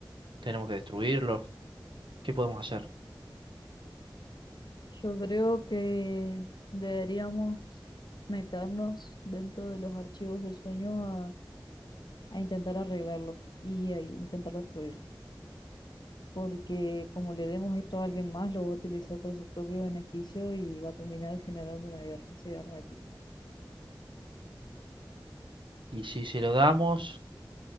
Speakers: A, on the right; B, on the left.
A: tenemos que destruirlo. ¿Qué podemos hacer?
B: Yo creo que deberíamos meternos dentro de los archivos del sueño a, a intentar arreglarlo y a intentar destruirlo. Porque como le demos esto a alguien más, lo va a utilizar para su propio beneficio y va a terminar generando una guerra cibernética.
A: Y si se lo damos